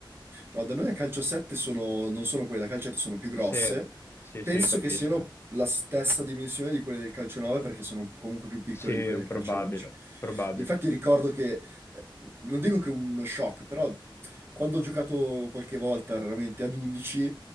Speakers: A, on the right; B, on the left.
A: No, da noi a calcio 7 sono, non sono quelle da calcio 7, sono più grosse.
B: Sì, sì,
A: Penso
B: sì, io capisco.
A: che siano la stessa dimensione di quelle del calcio 9 perché sono comunque più piccole
B: Sì,
A: di quelle del
B: probabile,
A: calcio 11.
B: probabile.
A: Infatti ricordo che, eh, non dico che uno shock, però quando ho giocato qualche volta, raramente ad 11,